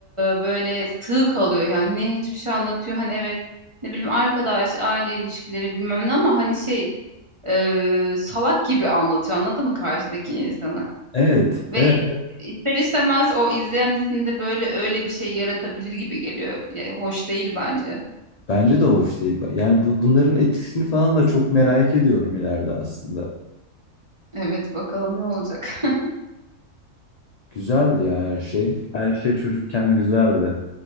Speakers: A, on the right; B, on the left.
A: böyle sığ kalıyor yani. Ne hiçbir şey anlatıyor hani evet ne bileyim arkadaş, aile ilişkileri bilmem ne ama hani şey e, salak gibi anlatıyor anladın mı karşıdaki insanı?
B: Evet,
A: Ve
B: evet.
A: i- ister istemez o izleyen içinde böyle öyle bir şey yaratabilir gibi geliyor. Ya, hoş değil bence.
B: Bence de hoş değil. Yani bu, bunların etkisini falan da çok merak ediyorum ileride aslında.
A: Evet bakalım ne olacak. <laughs>
B: Güzeldi ya her şey. Her şey çocukken güzeldi.